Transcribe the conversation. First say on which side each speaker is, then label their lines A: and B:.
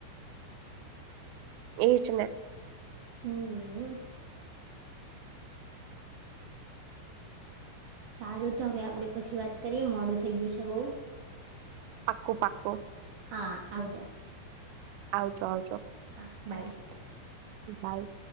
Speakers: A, on the right; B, on the right.
A: એ જ ને.
B: હમ સારું તો હવે આપડે પછી વાત કરીએ મોડું થઈ ગયું છે બઉુ
A: પાકું પાકું
B: હા આવજો
A: આવજો આવજો.
B: હા બાય.
A: બાય.